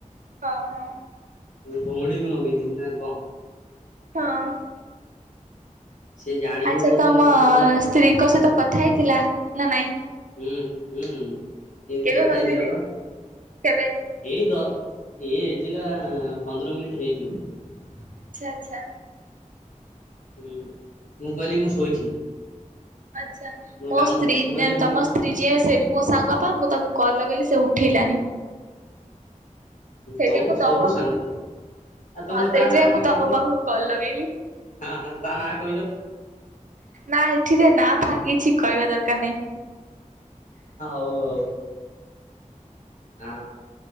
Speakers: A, on the right; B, on the left.
A: ହଁ ହଁ।
B: ମୁଁ ଭଉଣୀକୁ ନଗେଇଦେବି ନା କଣ?
A: ହଁ।
B: ସେ ଜାଣିବ
A: ଆଚ୍ଛା
B: ବୋଧେ
A: ତମ
B: ମତେ ନହେଲେ
A: ସ୍ତ୍ରୀଙ୍କ ସହିତ କଥା ହେଇଥିଲା ନା ନାଇଁ?
B: ହୁଁ ହୁଁ ଏଇନ୍
A: କେବେ
B: କତାହେଇଥିଲା
A: କଥା ହେଇଚି
B: ପା।
A: କେବେ?
B: ଏଇ ଦ ଏଇ ହେଇଥିଲା ପନ୍ଦର ମିନିଟ ହେଇଯିବ।
A: ଆଚ୍ଛା ଆଚ୍ଛା।
B: ହୁଁ ମୁଁ କହିଲି ମୁଁ ଶୋଇଛି।
A: ଆଚ୍ଛା ମୋ
B: କାମ
A: ସ୍ତ୍ରୀ
B: ମୁଁ ଏଠି ବୁ
A: ତମ ସ୍ତ୍ରୀ ଯିଏ ସେ ବି ମୋ ସାଙ୍ଗ ପା ମୁଁ ତାକୁ କଲ୍ ଲଗେଇଲି ସେ ଉଠେଇଲାନି। ସେଇଥିପାଇଁ
B: ତମ
A: ମୁ ତଣ
B: ସବୁ
A: ପାଖକୁ
B: ସାଙ୍ଗ ତମେ। ଆଉ ତମ
A: ହଁ
B: ତା
A: ସେଇଥିପାଇଁ
B: ନାଁ କଣ
A: ମୁଁ ତମ
B: କହିଲ
A: ପାଖକୁ କଲ ଲଗେଇଲି।
B: ହଁ ହଁ ତା ନାଁ କହିଲ
A: ନା ଏଠିରେ ନା ଫା କିଛି କହିବା ଦରକାର ନାଇଁ।
B: ହଉ ହଉ। ଆ